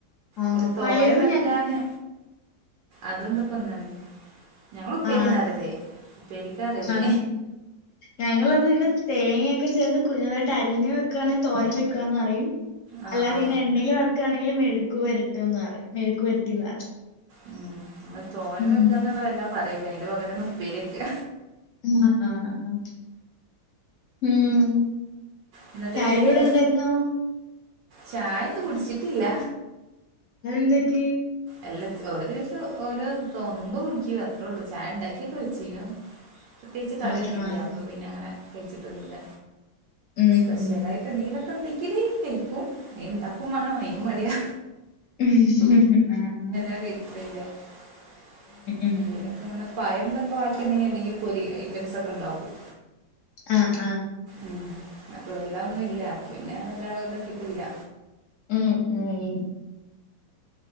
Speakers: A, on the left (about 55°); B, on the right (about 65°).
A: ആഹ്
B: അത് തോരൻ
A: പയറ്
B: വെക്കാന്ന്
A: ഞ
B: അത് ഇതൊക്കെ ഒന്ന്‌ തന്നെ ഞങ്ങള് ഉപ്പേരിന്നാ
A: ആഹ്
B: പറയല് ഉപ്പേരിക്ക പറയല്
A: ആഹ് ഞങ്ങളത് ഇങ്ങനെ തേങ്ങയൊക്കെ ചേർത്ത് കുഞ്ഞുതായിട്ട് അരിഞ്ഞ് വെക്കുവാണേ തോരൻ വെക്കുവാന്ന് പറയും
B: ആ
A: അല്ലാതെ
B: ആ
A: ഇങ്ങനെ എണ്ണയിൽ വറക്കാണെങ്കിൽ മെഴുക്കു വരട്ട് എന്ന് പറയും മെഴുക്കുവരട്ടീന്ന് പറയും
B: ഉം നമ്മള് തോരൻ
A: ഉം
B: വെക്കന്നുള്ളതല്ല പറയില്ലേ അതിന്റെ പകരാണ് ഉപ്പേരി വക്കുക
A: ആഹ് ആഹ് ആഹ് ഉം
B: എന്നിട്ട്
A: ചായയുടെ
B: എന്തൊക്കെയാ
A: കൂടെ എന്തായിരുന്നു
B: ചായ ഒന്നും കുടിച്ചിട്ടില്ല
A: അതെന്ത് പറ്റി
B: എല്ലാ ഓരോ ദിവസം ഓരോ തോന്നുമ്പോ കുടിക്കും അത്രേ ഒള്ളൂ ചായ ഉണ്ടാക്കിയൊക്കെ വെച്ചീനു പ്രത്യേകിച്ച് കടിയൊന്നുവില്ല
A: ആഹ് ആഹ്
B: അപ്പൊ പിന്നെ അങ്ങനെ കഴിച്ചിട്ടൊന്നുവില്ല
A: ഉം
B: സ്പെഷ്യലായിട്ട്
A: ഉം
B: എന്തെങ്കിലൊക്കെ ഉണ്ടെങ്കില് കയിക്കും അയിന് ഉണ്ടാക്കും വേണം അയിനും മടിയാ
A: ഉം അഹ് അഹ്
B: <inaudible> ഞങ്ങള്
A: ഉം
B: പയംന്തൊക്കെ വാക്കിണ്ടെങ്കിൽ എന്തെങ്കിലും പൊരി ഐറ്റംസ് ഒക്കെ ഇണ്ടാക്കും
A: ആഹ് ആഹ്
B: മ് അപ്പ വെല്ലാ ഒന്നുല്ല പിന്നെ വല്ലാതാക്കിയിട്ടില്ല
A: മ് മ്